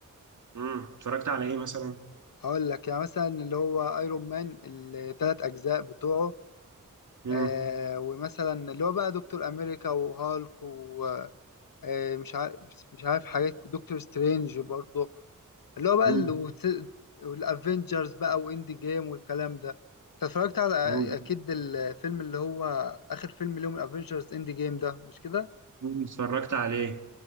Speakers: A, on the right; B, on the left.
A: امم اتفرجت على إيه مثلا؟
B: هقول لك يعني مثلا اللي هو ايرون مان التلات اجزاء بتوعه
A: امم
B: آه ومثلا اللي هو بقى دكتور امريكا وهالك ومش عارف مش عارف حاجات دكتور سترينج برضه اللي هو بقى
A: امم
B: ال- وت- والافنجرز بقى واند جيم والكلام ده انت اتفرجت على
A: امم
B: اكيد الفيلم اللي هو اخر فيلم لهم الافنجرز اند جيم ده مش كده
A: أمم، اتفرجت عليه